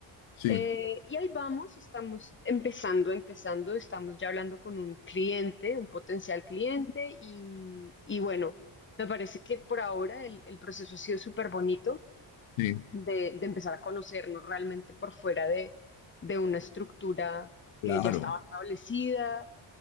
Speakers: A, on the left; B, on the left.
A: sí,
B: Eh, y ahí vamos, estamos empezando, empezando, estamos ya hablando con un cliente, un potencial cliente y, y bueno, me parece que por ahora el, el proceso ha sido súper bonito
A: sí,
B: de, de empezar a conocernos realmente por fuera de, de una estructura
A: claro.
B: que ya estaba establecida